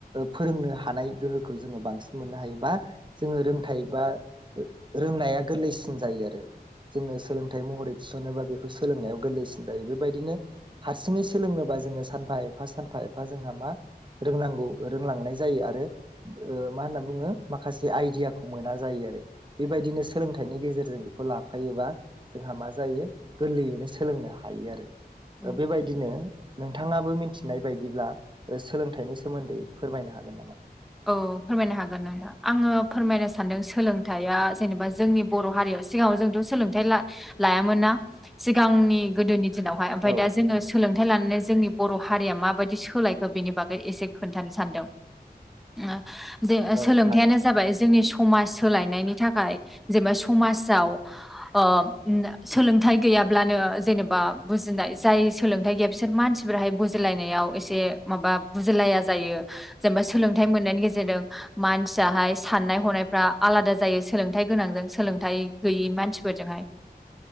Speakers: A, on the right; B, in the centre.
A: फोरोंनो हानाय गोहोखौ जोङो बांसिन मोननो हायो बा जोङो रोंथाय बा रोंनाया गोरलैसिन जायो आरो। जोङो सोलोंथाइ महरै थिसनोबा बेखौ सोलोंनायाव गोरलैसिन जायो। बेबायदिनो हारसिंङै सोलोंनोबा जोङो सानफा एफा सानफा एफा जोंहा मा रोंनांगौ रोंलांनाय जायो आरो मा होनना बुङो माखासे आइदियाखौ मोना जायो आरो बेबायदिनो सोलोंथाइनि गेजेरजों बेखौ लाफायोबा जोंहा मा जायो गोरलैयैनो सोलोंनो हायो आरो।
B: औ
A: ओ बेबायदिनो नोंथाङाबो मिथिनाय बायदिब्ला ओ सोलोंथाइनि सोमोन्दै फोरमायनो हागोन नामा?
B: औ फोरमायनो हागोन आदा आङो फोरमायनो सानदों सोलोंथाइया जेनेबा जोंनि बर' हारियाव सिगाङाव जोंथ' सोलोंथाइ ला-लायामोन ना सिगांनि गोदोनि दिनावहाय ओमफ्राय
A: औ
B: दा
A: नोंथां
B: जोङो सोलोंथाइ लानानै जोंनि बर' हारिया माबायदि सोलायखो बेनि बागै एसे खोन्थानो सानदों। ओ बे
A: औ
B: सोलोंथाइयानो
A: हागोन नोंथां
B: जाबाय जोंनि समाज सोलायनायनि थाखाय जेनेबा समाजाव ओ सोलोंथाइ गैया ब्लानो जेनेबा बुजिनाय जाय सोलोंथाइ गैया बिसोर मानसिफोराहाय बुजिलायनायाव एसे माब बा बुजिलाया जायो जेनेबा सोलोंथाइ मोननायनि गेजेरजों मानसियाहाय साननाय हनायफ्रा आलादा जायो सोलोंथाइ गोनांजों सोलों थाइ गैयै मानसिफोरजोंहाय